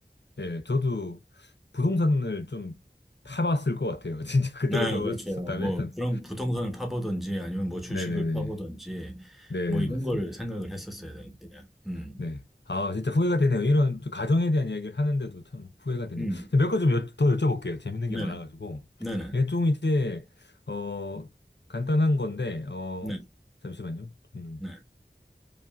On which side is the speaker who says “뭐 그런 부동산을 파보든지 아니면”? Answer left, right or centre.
Centre